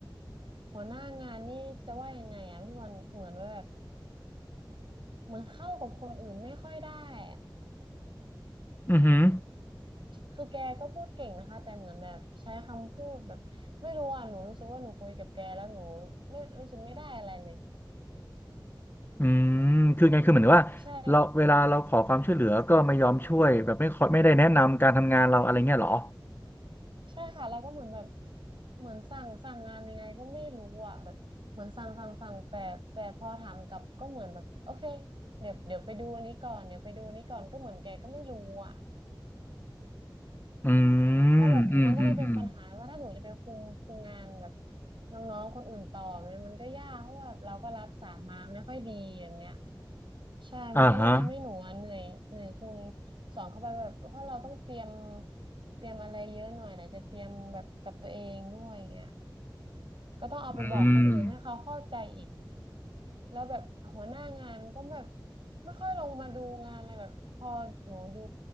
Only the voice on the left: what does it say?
อือหือ
อืมคือไงคือเหมือนว่าเราเวลาเราขอความช่วยเหลือก็ไม่ยอมช่วยแบบไม่ขอไม่ได้แนะนำการทำงานเราอะไรเงี้ยเหรอ
อื
มอืมอืมอืม
อ่าฮะ
อืม